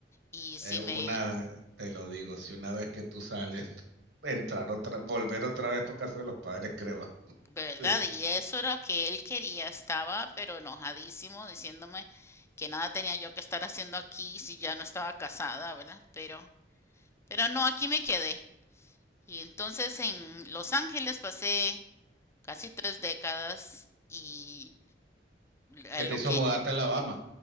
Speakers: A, on the left (about 15°); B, on the right (about 80°).
A: Y
B: Eh,
A: si
B: una,
A: me
B: te lo digo, si una vez que tú sales, <laughs> entrar otra, volver otra vez para casa de los padres, creo.
A: ¿Verdad?
B: Sí.
A: Y eso era lo que él quería. Estaba pero enojadísimo diciéndome que nada tenía yo que estar haciendo aquí si ya no estaba casada, ¿verdad? Pero, pero no, aquí me quedé. Y entonces en Los Ángeles pasé casi tres décadas y eh,
B: Que
A: lo
B: te hizo
A: que...
B: mudarte a Alabama.